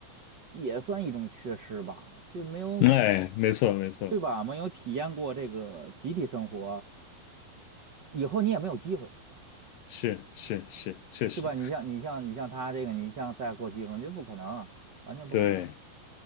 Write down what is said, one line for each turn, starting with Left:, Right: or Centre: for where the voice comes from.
Right: 也算一种缺失吧，这没有，
Left: 哎，没错没错，
Right: 对吧？没有体验过这个集体生活，以后你也没有机会。
Left: 是是是，确实，
Right: 对吧？你像你像你像他这个，你像再过技术，你这不可能啊完全不可能啊
Left: 对，